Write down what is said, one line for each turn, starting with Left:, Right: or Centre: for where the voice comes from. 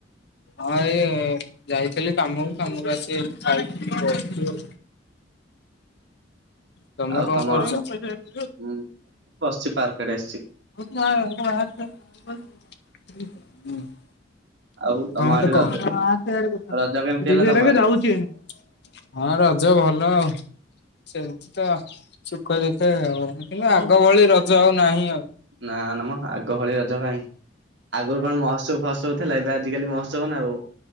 Left: ହଁ ଏଇ ଯାଇଥିଲି କାମକୁ କାମରୁ ଆସି ଖାଇକି ବସଚୁ ଆଉ। ତମେ
Right: ଆଉ
Left: କଣ
Right: ତମ
Left: କରୁଛ? କଣ ଗୋଟେ କହ?
Right: ଉଁ ବସଚି ପାର୍କ ଆଡେ ଆସଚି।
Left: <unintelligible>
Right: ଆଉ
Left: କଣ
Right: ତମ ଆଡେ ରଜ
Left: ଗୋଟେ
Right: ରଜ କେମିତି ହେଲା ତମ
Left: କହ।
Right: ଆଡେ?
Left: ହଁ ରଜ ଭଲ ଆଉ। ସେମିତି ତ ସୁଖେ ଦୁଃଖେ ଆଉ କିନ୍ତୁ ଆଗ ଭଳି ରଜ ଆଉ ନାହିଁ ଆଉ।
Right: ନା ନା ମ ଆଗ ଭଳି ରଜ କାଇଁ। ଆଗରୁ କଣ ମହୋତ୍ସବ ଫହତ୍ସବ ଥିଲା ଏବେ ଆଜିକାଲି ମହୋତ୍ସବ ନା ଆଉ